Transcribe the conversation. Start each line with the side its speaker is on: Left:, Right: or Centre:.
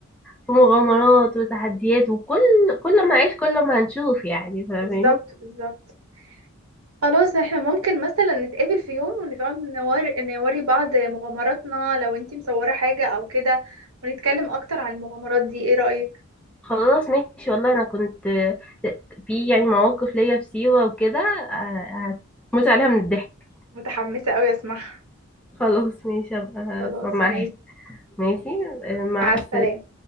Centre: في مغامرات وتحديات وكل كل ما أعيش كل ما هنشوف يعني فاهمين
Right: بالظبط بالظبط خلاص احنا ممكن مثلا نتقابل في يوم ونقعد نور... نوري بعض مغامراتنا لو انتي مصورة حاجة او كده ونتكلم اكتر عن المغامرات دي ايه رأيك
Centre: خلاص ماشي والله أنا كنت في يعني مواقف ليا في سيوة وكده آه، هتموت عليها من الضحك
Right: متحمسة اوي اسمعها
Centre: خلاص ماشي أبقى
Right: خلاص
Centre: أسمع معاك
Right: ماشي
Centre: ماشي آه، مع
Right: مع السلامة
Centre: السلامة